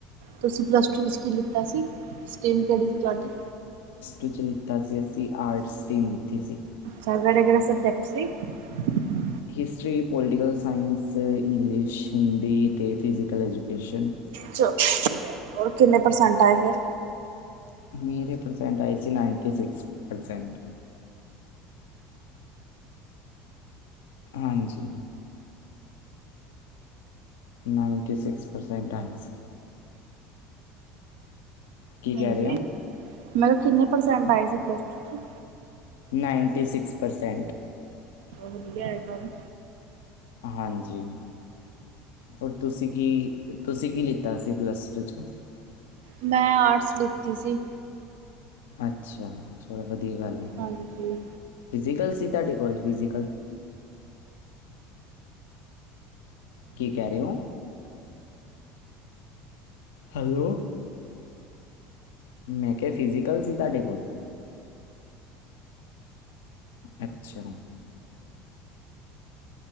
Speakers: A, on the right; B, on the left.
A: ਤੁਸੀਂ ਪਲੱਸ ਟੂ ਵਿੱਚ ਕੀ ਲਿੱਤਾ ਸੀ? ਸਟੀਮ ਕੇੜੀ ਸੀ ਤੁਆਡੀ?
B: ਵਿੱਚ ਲਿੱਤਾ ਸੀ। ਅਸੀਂ ਆਰਟਸ ਸਟੀਮ ਲੀਤੀ ਸੀ।
A: ਸਗੜਗੜ ਸਭ ਜੈਪਸੀ <unintelligible>
B: history, political science, English, Hindi ਅਤੇ ਫਿਜੀਕਲ ਐਜੂਕੇਸ਼ਨ।
A: ਚਲ ਵਧਿਆ। ਔਰ ਕਿੰਨੇ ਪਰਸੈਂਟ ਆਏ ਫੇਰ?
B: ਮੇਰੇ ਪ੍ਰਸੈਂਟ ਆਏ ਸੀ। Ninety six percent. ਹਾਂਜੀ। ਨਾਈਨਟੀ ਸਿਕਸ ਪਰਸੈਂਟ ਆਏ ਸੀ। ਕੀ ਕਹਿ
A: ਹਾਂਜੀ।
B: ਰਹੇ ਹੋ
A: ਮਲਬ ਕਿੰਨੇ ਪ੍ਰਸੈਂਟ ਆਏ ਸੀ ਪਲੱਸ ਟੂ ਚ?
B: Ninety six percent.
A: ਵਧੀਆ ਏ ਕੰਮ।
B: ਹਾਂਜੀ। ਹੋਰ ਤੁਸੀਂ ਕੀ ਤੁਸੀਂ ਕੀ ਲਿੱਤਾ ਸ ਸੀ ਪਲੱਸ ਟੂ ਚ' ' <unintelligible>
A: ਮੈਂ ਆਰਟਸ ਲਿਤੀ ਸੀ।
B: ਅੱਛਾ ਚਲ ਵਧੀਆ ਗੱਲ ਏ।
A: ਹਾਂਜੀ
B: ਫਿਜੀਕਲ ਸੀ ਤਾਡੇ ਕੋਲ ਫਿਜੀਕਲ? ਕੀ ਕਹ ਰੇ ਓ? ਹੈਲੋ। ਮੈਂ ਕਿਆ ਫਿਜ਼ੀਕਲ ਸੀ ਤਾਡੇ ਕੋਲ? ਅੱਛਾ।